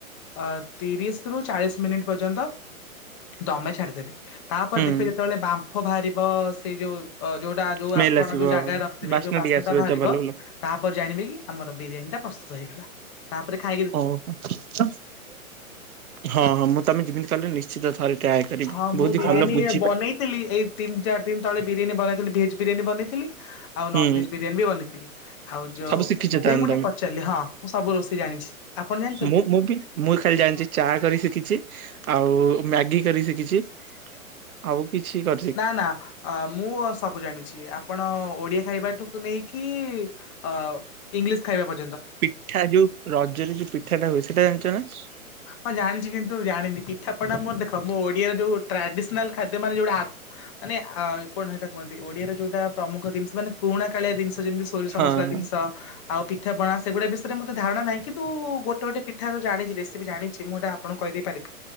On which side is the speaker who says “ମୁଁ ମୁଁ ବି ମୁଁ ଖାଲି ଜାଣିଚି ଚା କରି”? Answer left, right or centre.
Right